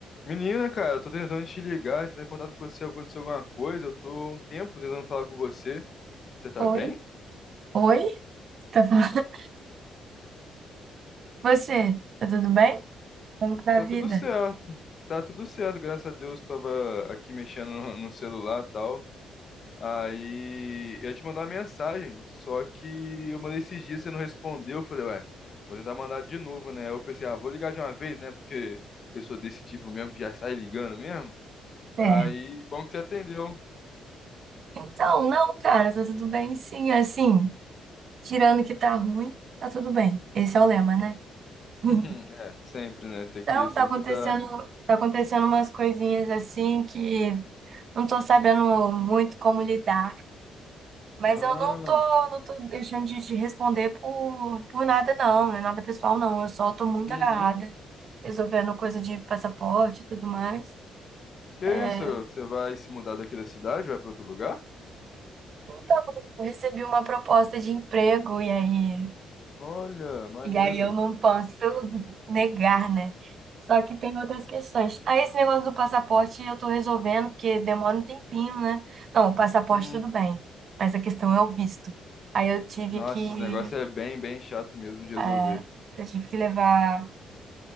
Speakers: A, on the left; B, on the right.
A: Menina, cara, eu tô tentando te ligar, entrar em contato com você, aconteceu alguma coisa, eu tô há um tempo tentando falar com você. Você tá
B: Oi,
A: bem?
B: oi, tá falando? <laughs> Você, tá tudo bem? Como que tá
A: Tá
B: a vida?
A: tudo certo. Tá tudo certo, graças a Deus, tava aqui mexendo no, no celular e tal. Aí eu ia te mandar uma mensagem, só que eu mandei esses dias, você não respondeu. Eu falei, ué, vou tentar mandar de novo, né? Eu pensei, ah, vou ligar de uma vez, né? Porque eu sou desse tipo mesmo que já sai ligando mesmo.
B: É.
A: Aí, bom que você atendeu.
B: Então, não, cara, tá tudo bem sim, assim, tirando que tá ruim, tá tudo bem. Esse é o lema, né?
A: <laughs>
B: <laughs>
A: É, sempre, né? Tem
B: Então,
A: que sempre
B: tá acontecendo,
A: dar.
B: tá acontecendo umas coisinhas assim que não tô sabendo muito como lidar, mas
A: Ah.
B: eu não tô, não tô deixando de te responder por, por nada não, não é nada pessoal não, eu só tô muito
A: Uhum.
B: agarrada, resolvendo coisa de passaporte e tudo mais.
A: Que
B: É,
A: isso? Você vai se mudar daqui da cidade? Vai pra outro lugar?
B: Então, eu recebi uma proposta de emprego e aí,
A: Olha, maneiro.
B: e aí eu não posso <laughs> negar, né? Só que tem outras questões. Aí esse negócio do passaporte eu tô resolvendo, porque demora um tempinho, né? Não, o passaporte
A: Hum.
B: tudo bem, mas a questão é o visto. Aí eu tive
A: Nossa,
B: que,
A: esse negócio é bem, bem chato mesmo de resolver.
B: eh, eu tive que levar,